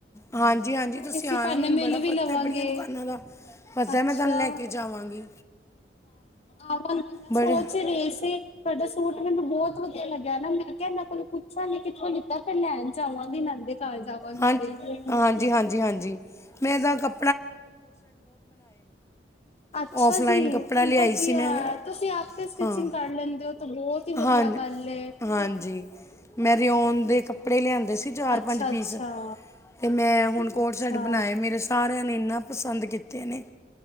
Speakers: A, on the left; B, on the left.
A: ਹਾਂਜੀ ਹਾਂਜੀ ਤੁਸੀਂ
B: ਅਸੀਂ
A: ਆਉਣਾ
B: ਭਾਨੇ
A: ਮੈਨੂੰ
B: ਮੇਿਲ
A: ਬੜਾ
B: ਵੀ
A: ਪਤਾ
B: ਲਵਾਂਗੇ
A: ਹੈ ਬੜੀਆਂ ਦੁਕਾਨਾਂ ਦਾ ਪਤਾ
B: ਹਾਂ
A: ਮੈਂ ਤੁਹਾਨੂੰ ਲੈ ਕੇ ਜਾਵਾਂਗੀ
B: ਆਵਾਂਗੇ ਮੈਂ
A: ਬੜੇ
B: ਸੋਚ ਰਹੀ ਸੀ। <unintelligible> ਮੈਨੂੰ ਬਹੁਤ ਵਧੀਆ ਲੱਗਿਆਾ ਮੈਂ ਕਿਹਾ ਇਹਨਾਂ ਕੋਲ ਪੁੱਛਾਂਗੀ ਕਿੱਥੋਂਤਾ ਫਿਰ ਲੈਣ ਜਾਵਾਂਗੀ ਨ ਦੇ ਘਰ ਜਾਵਾਂਗੀ
A: ਹਾਂ
B: ਤੇ
A: ਹਾਂਜੀ, ਹਾਂਜੀ, ਹਾਂਜੀ ਮੈਂ ਤਾਂ ਕੱ
B: ਅੱਛਾ
A: ਔਫਲਾਈਨ
B: ਜੀ
A: ਕੱਪੜਾ
B: ਤ
A: ਲਿਆਈ
B: ਵਧੀਆ
A: ਸੀ ਮੈਂ
B: ਤੁਸੀਂ ਆਪੇ ਸਟਿਚਿੰਗ
A: ਹਾਂ
B: ਕਰ ਲੈਂਦੇ ਹੋ ਤ ਬਹੁਤ ਹੀ
A: ਹਾਂ
B: ਵਧੀਆ ਗੱਲ ਆ
A: ਹਾਂਜੀ ਮੈਂ ਰਓਨ ਦੇ ਕੱਪੜੇ ਲਿਆਂਦੇ ਸੀ। ਚਾਰ,
B: ਅੱਛਾ
A: ਪੰਜ ਪੀਸ।
B: ਅੱਛਾ
A: ਤੇ ਮੈਂ ਹੁਣ ਕੋਡ
B: ਅੱਛਾ
A: ਸੈਟ ਬਣਾਏ ਮੇਰੇ ਸਾਰਿਆਂ ਨੇ ਇੰਨਾਂ ਪਸੰਦ ਕੀਤੇ ਨੇ।